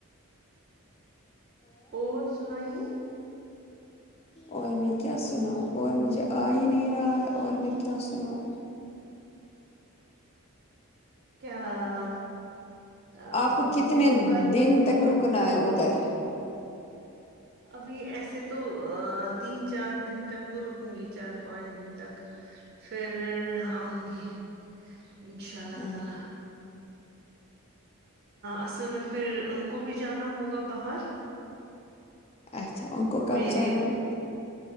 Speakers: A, on the right; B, on the left.
A: اور سنائیے
B: اور میں کیا سناؤں اور مجھے آ ہی نہیں رہا ہے اور میں کیا سناؤں
A: کیاآ امم
B: آپ کو کتنے
A: وہ گھر
B: دن تک رک رکنا ہے ادھر
A: ابھی ایسے تو تین چار دن تک تو رکوں گی چار پانچ دن تک پھر آؤں گی انشاء اللہ
B: ہاں
A: تعالی اصل میں پھر ان کو بھی جانا ہوگا باہر
B: اچھا ان کو کب
A: میرے
B: جانا ہے